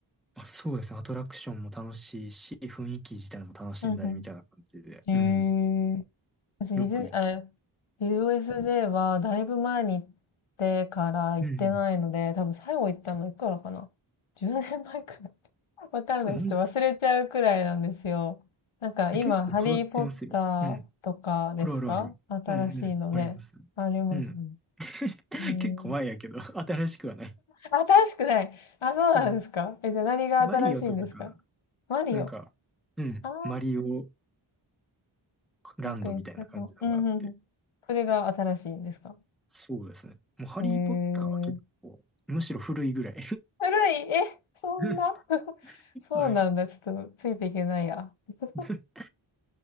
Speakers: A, in the centre; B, on the left (about 85°).
A: あ、そうですね。アトラクションも楽しいし、雰囲気自体も楽しんだりみたいな感じで、
B: うんうん。え
A: うん。
B: 私ディズ、
A: よく行く。
B: え、USJ はだいぶ前に行ってから行ってないので、
A: うん。
B: 多分最後行ったのいくらかな ?10 年前くらい。<laughs> わかんない。
A: あマジですか。
B: ちょっと忘れちゃうくらいなんですよ。なんか今、
A: え、結構変わってますよ。
B: ハリーポッターとかですか新しいのね。
A: うん。あるあるある。うんうん。あります。
B: ありますね。
A: うん。<laughs>
B: えー、
A: 結構前やけど、<laughs> 新しくはない。
B: 新しくない。あ、そうなんですかえ、
A: うん。
B: じゃあ何が新しいんですか
A: マリオとかかな。
B: マリオ。
A: なんか、うん。
B: あー、
A: マリオランドみたいな感じのがあって。
B: なんか言ってたかも。うんうんうん。それが新しいんですか
A: そうですね。もうハリー・
B: へえ。
A: ポッターは結構、むしろ古いぐらい。
B: 古い、え、そんな
A: <laughs>
B: <laughs> そうなんだ。
A: はい。
B: ちょっとついていけないや。<laughs>
A: <laughs>